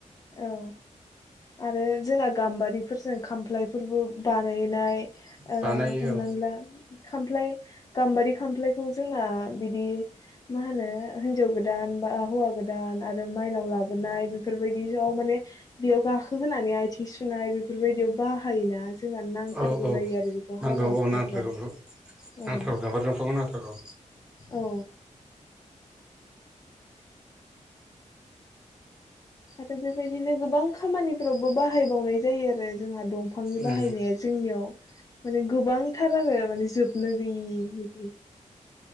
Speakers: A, on the left (about 30°); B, in the centre.
A: औ आरो जोंना गाम्बारिफोरजों खामफ्लायफोरबो बानायनाय ओ
B: बानायो
A: हमनानै ला खामफ्लाय गाम्बारि खामफ्लायखौ जोंना बिदि मा होनो हिनजाव गोदान बा हौवा गोदान आरो माइनाव लाबोनाय बेफोरबाय दियाव माने बेयाव गाखो होनानै आथिं सुनाय बेफोरबायदियाव बाहायोना। जोंना नांथारगौ
B: औ औ
A: जायो आरो बेखौ
B: नांगौ
A: हाबा हुखाफोराव
B: औ नांथारगौ नांथारगौ
A: औ
B: गाम्बारि दंफांखौ नांथारगौ।
A: औ। आरो बेबायदिनो गोबां खामानिफोरावबो बाहायबावनाय जायो आरो जोंहा दंफांनि
B: उम
A: बाहायनाया जोंनियाव माने गोबांथार आरो माने जोबनो गैयि बिदि